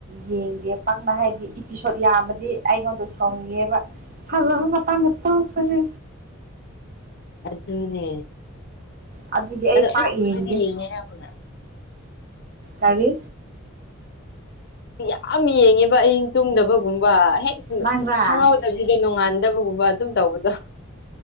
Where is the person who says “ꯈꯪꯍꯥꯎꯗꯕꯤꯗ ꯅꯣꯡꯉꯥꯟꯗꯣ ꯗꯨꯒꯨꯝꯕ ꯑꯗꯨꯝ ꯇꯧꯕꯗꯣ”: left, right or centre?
Left